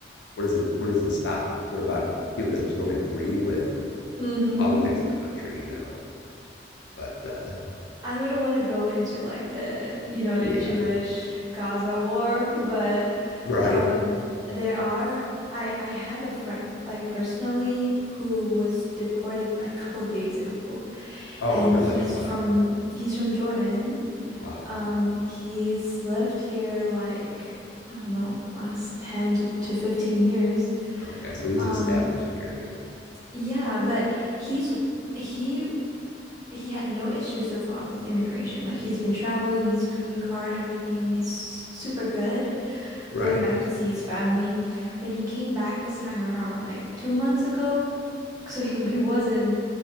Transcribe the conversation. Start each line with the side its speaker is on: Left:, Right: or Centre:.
Left: What is it where does it stop? What about people that just don't agree with
Right: Mm-hmm.
Left: the politics of the country, you know? But uh
Right: I wouldn't want to go into like the, you know, the
Left: yeah.
Right: Jewish
Left: <laughs>
Right: Gaza war, but
Left: Right.
Right: um there are I I have a friend like personally who was deported like a couple days ago
Left: Oh
Right: and
Left: really?
Right: he's
Left: Wow.
Right: from he's from Jordan
Left: Wow.
Right: Um, he's lived here like I don't know, last 10 to, to 15 years.
Left: Okay. So he's
Right: Um,
Left: established here, yeah.
Right: yeah, but he's he he had no issues so far with immigration. Like he's been traveling with his green card, everything is super good.
Left: Right.
Right: Going back to see his family. When he came back this time around, like two months ago, so he he was in